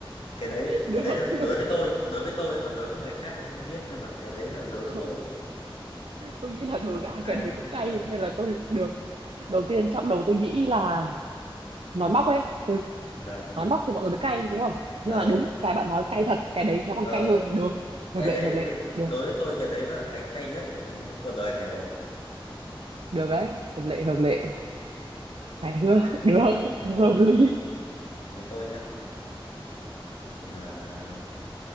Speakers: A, on the left; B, on the right.
A: Cái đấy,
B: được.
A: cái đấy là đối với tôi, đối với tôi còn đối với người khác thì tôi không biết nhưng mà cái đấy là đối
B: Không,
A: với tôi.
B: Tôi nghĩ là đối
A: Có thể
B: với ai
A: cay
B: cái đấy
A: chứ
B: cũng
A: không
B: cay,
A: phải ớt.
B: nên là tôi được. Đầu tiên trong đầu tôi nghĩ là nói móc ấy từ
A: Ờ,
B: nói móc thì mọi người mới cay đúng không
A: ờ,
B: nhưng mà đúng cái bạn nói cay thật cái đấy khéo
A: ờ,
B: còn cay hơn được
A: cái
B: hợp lệ
A: đấy
B: hợp lệ được
A: đối với tôi cái đấy là cái cay nhất của cuộc đời này rồi.
B: được đấy hợp lệ hợp lệ hài hước
A: Đến đến tôi,
B: <laughs> được
A: đến tôi
B: hợp lý
A: Đến tôi nhá là